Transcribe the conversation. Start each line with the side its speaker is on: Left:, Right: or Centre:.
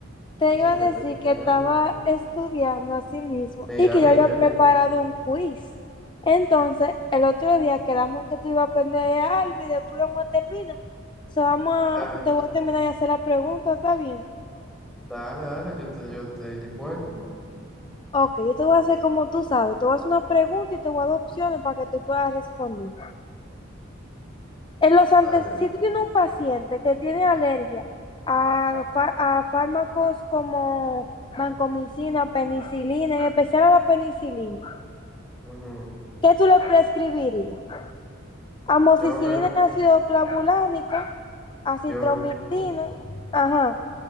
Left: te
Centre: tú
Left: iba
Centre: siempre
Left: a decir
Centre: estás estudiando.
Left: que estaba estudiando a sí mismo
Centre: Mira,
Left: y que
Centre: viste,
Left: yo había
Centre: viste.
Left: preparado un quiz. Entonces, el otro día quedamos en que tú ibas a aprender algo y después vamos a terminar. So, vamos a-
Centre: Está
Left: te voy a terminar de hacer la pregunta, ¿está bien?
Centre: Dale, dale, yo te, yo estoy dispuesto.
Left: Ok, yo te voy a hacer como tú sabes. Te voy a hacer una pregunta y te voy a dar opciones para que tú puedas responder. En los
Centre: Está
Left: antes,
Centre: bien.
Left: si tú tienes un paciente que tiene alergia a, fa- a fármacos como vancomicina, penicilina, en especial a la penicilina,
Centre: Ujú.
Left: ¿qué tú le prescribirías? Amoxicilina
Centre: Yo, real-
Left: y ácido clavulánico, acitromicina,
Centre: yo, re- ujú.
Left: ajá,